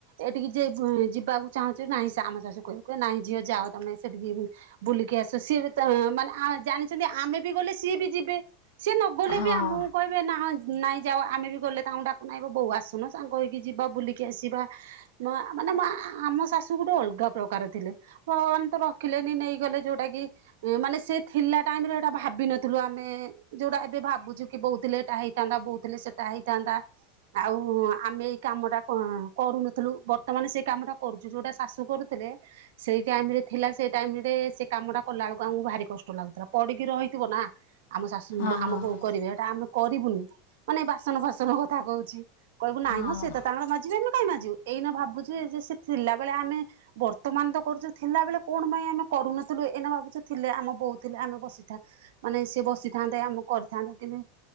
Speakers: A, on the right; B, on the left.
A: ଏଠିକି ଯେ <unintelligible> ଯିବାକୁ ଚାହୁଁଚୁ ନାହିଁ ସା ଆମ ଶାଶୁ କହିବ <unintelligible> ନାହିଁ ଝିଅ ଯାଅ ତମେ ସେଠିକି ବୁ ବୁଲିକି ଆସ ସିଏ ବି ଚାଁ ମାନେ ଆଁ ଜାଣି ଚନ୍ତି ଆମେ ବି ଗଲେ ସିଏ ବି ଯିବେ ସିଏ ନ ଗଲେ
B: ହଁ
A: ବି ଆମକୁ କହି ଏବେ ନାହଁ ନାଇଁ ଯାଅ ଆମେ ବି ଗଲେ ତାଙ୍କୁ ଡାକୁନା <unintelligible> ବୋଉ ଆସୁନ ସାଙ୍ଗ ହେଇକି ଯିବା ବୁଲିକି ଆସିବା। ମା ମାନେ ମା ଆମ ଶାଶୁ ଗୋଟେ ଅଲ୍ଗା ପ୍ରକାର ଥିଲେ। ଭଗବାନ୍ ତ ରଖିଲେନି ନେଇଗଲେ ଯୋଉଟା କି ଏଁ ମାନେ ସେ ଥିଲା ଟାଇମ୍ ରେ ଏଇଟା ଭାବିନଥିଲୁ ଆମେ ଯୋଉଟା ଏବେ ଭାବୁଚୁ କି ବୋଉ ଥିଲେ ଏଟା ହେଇଥାନ୍ତା ବୋଉ ଥିଲେ ସେଟା ହେଇଥାନ୍ତା। ଆଉ ଆମେ ଏଇ କାମ ଟା କଁ କରୁନଥୁଲୁ ବର୍ତ୍ତମାନ ସେଇ କାମ ଟା କରୁଚୁ ଯୋଉଟା ଶାଶୁ କରୁ ସେଇ ଟାଇମ୍ ରେ ଥିଲା ସେଇ ଟାଇମ୍ ରେ ସେ କାମ ଟା କଲା ବେଳକୁ ଆମକୁ ଭାରି କଷ୍ଟ ଲାଗୁଥିଲା। ପଡ଼ିକି ରହିଥିବ ନା ଆମ ଶାଶୁ
B: ହଁ
A: ଆମ ବହୁ କରିବେ ଏଇଟା ଆମେ କରିବୁନି ମାନେ ବାସନ ଫାସନ କଥା କହୁଚି। କହିବୁ
B: ହଁ
A: ନାଇଁ ମ ସେ ତ ତାଙ୍କର ମାଜିବେ ଏମି କାଇଁ ମାଜିବୁ ଏଇ ନ ଭାବୁ ଯେ ସେ ଥିଲାବେଳେ ଆମେ ବର୍ତ୍ତମାନ ତ କରୁଛୁ ଥିଲାବେଳେ କଣ ପାଇଁ ଆମେ କରୁନଥିଲୁ ଏଇନା ଭାବୁଛୁ ଥିଲେ ଆମ ବୋଉଥିଲେ ଆମେ ଥା ମାନେ ସେ ବସିଥାନ୍ତେ ଆମକୁ କରିଥାନ୍ତେ କିନ୍ତୁ